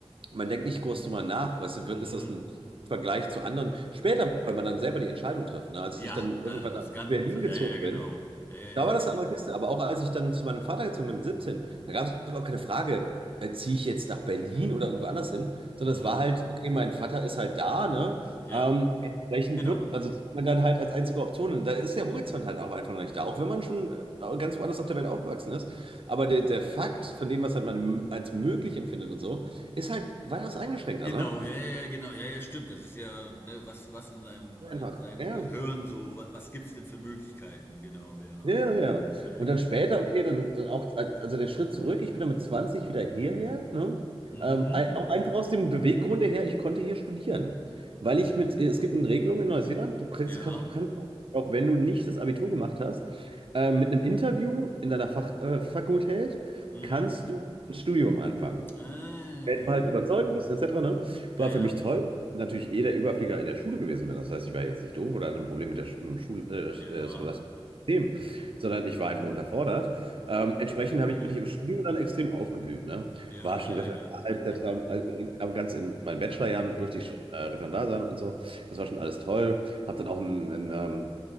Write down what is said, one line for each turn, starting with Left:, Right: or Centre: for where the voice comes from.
Right: man denkt nicht groß drüber nach, weißt du,
Left: Mhm.
Right: wird, ist das ein Vergleich zu anderen? Später, wenn man dann selber die Entscheidung trifft, ne? Als
Left: Ja,
Right: ich dann irgendwann
Left: das
Right: nach
Left: ist ganz,
Right: Berlin
Left: ja, ja,
Right: gezogen
Left: ja, genau.
Right: bin,
Left: Ja, ja,
Right: Da
Left: ja,
Right: war das
Left: gen-
Right: eine andere Kiste. Aber auch als ich dann zu meinem Vater gezogen bin mit 17, da gab es überhaupt keine Frage, äh, ziehe ich jetzt nach Berlin oder irgendwo anders hin, sondern
Left: hm.
Right: es war halt, okay, mein Vater ist halt da, ne?
Left: Ja,
Right: Ähm, entsprechend
Left: genau.
Right: wird, also zieht man dann halt als einzige Option. hin. da ist der Horizont halt auch einfach noch nicht da, auch wenn man schon äh, ganz woanders auf der Welt aufgewachsen ist. Aber der, der Fakt von dem, was halt man m- als möglich empfindet und so, ist halt weitaus eingeschränkter,
Left: Genau,
Right: ne?
Left: ja, ja, ja, genau, ja, ja, stimmt. Das ist ja, ne, was, was in deinem,
Right: Einfach,
Left: deinem
Right: ja.
Left: Gehirn so, wa- was gibt's denn für Möglichkeiten? Genau, ja.
Right: Ja, ja, ja.
Left: Naja.
Right: Und dann später, okay, dann, dann auch, also der Schritt zurück, ich bin dann mit 20 wieder hierher, ne?
Left: Mhm.
Right: Ähm, ein- auch einfach aus dem Beweggrund her, ich konnte hier studieren. Weil ich mit, äh, es gibt eine Regelung in Neuseeland, du kriegst,
Left: Ja.
Right: kannst, kannst auch auch wenn du nicht das Abitur gemacht hast, äh, mit einem Interview in deiner Fach, äh, Fakultät
Left: Mhm.
Right: kannst du ein Studium anfangen.
Left: Ähm.
Right: Wenn du halt überzeugend bist, etc., ne?
Left: Ja,
Right: War
Left: ja.
Right: für mich toll. weil ich Natürlich eh der Überflieger in der Schule gewesen bin. Das heißt, ich war jetzt nicht doof oder hatte ein Problem mit der Sch- im Schul äh, sch-
Left: Ja.
Right: äh, scholastischen System, sondern ich war einfach unterfordert. Ähm, entsprechend
Left: Okay.
Right: hab ich, bin ich im Studium dann extrem aufgeblüht, ne?
Left: Ja,
Right: War schon
Left: ja,
Right: Referendar,
Left: ja.
Right: etc.,
Left: Ah,
Right: äh, in- aber ganz in meinen Bachelorjahren
Left: mm,
Right: durfte ich schon äh, Referendar sein und so. Das war schon alles toll. Habe dann auch ein, ein, ähm,